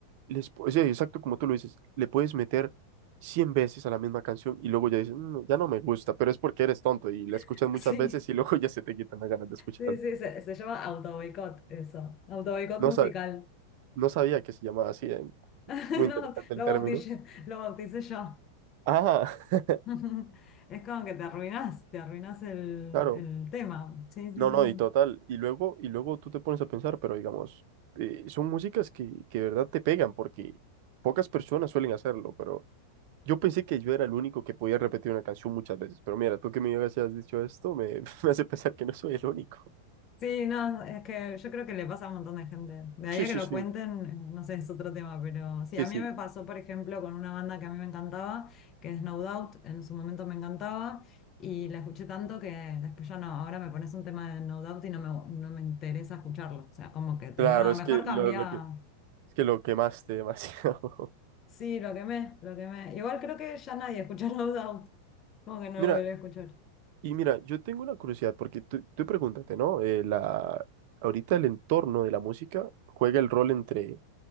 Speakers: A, on the right; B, on the left.
A: les, pu- sí, exacto como tú lo dices, le puedes meter 100 veces a la misma canción y luego ya dices, "Mm, ya no me gusta, pero es porque eres tonto y la escuchas
B: <laughs>
A: muchas
B: sí.
A: veces y luego <laughs> ya se te quitan las ganas de escucharla.
B: Sí, sí, se, se llama autoboicot eso. Autoboicot
A: No,
B: musical.
A: sa- no sabía que se llamaba así, eh,
B: <laughs>
A: Muy interesante
B: No,
A: el
B: lo
A: término.
B: bauticé, lo bauticé yo.
A: Ah, <laughs>
B: <laughs> Es como que te arruinás, te arruinás el,
A: claro,
B: el tema. Sí, sí,
A: no,
B: sí.
A: no, y total. Y luego, y luego tú te pones a pensar, pero digamos, eh, son músicas que, que de verdad te pegan porque pocas personas suelen hacerlo, pero... Yo pensé que yo era el único que podía repetir una canción muchas veces, pero mira, tú que me digas si has dicho esto, me, <laughs> me hace pensar que no soy el único.
B: Sí, no, es que yo creo que le pasa a un montón de gente. De ahí
A: Sí,
B: a
A: sí,
B: que lo
A: sí,
B: cuenten, eh, no sé, es otro tema, pero sí,
A: sí,
B: a mí
A: sí.
B: me pasó, por ejemplo, con una banda que a mí me encantaba, que es No Doubt, en su momento me encantaba, y la escuché tanto que después ya no, ahora me pones un tema de No Doubt y no me, no me interesa escucharlo. O sea, como que te
A: Claro,
B: digo, no,
A: es
B: mejor
A: que
B: cambia.
A: lo, lo que, es que lo quemaste demasiado. <laughs>
B: Sí, lo quemé, lo quemé. Igual creo que ya nadie escucha <laughs> No Doubt, como que no
A: Mira,
B: lo volví a escuchar.
A: y mira, yo tengo una curiosidad, porque tú, tú pregúntate, ¿no? Eh, la, ahorita el entorno de la música juega el rol entre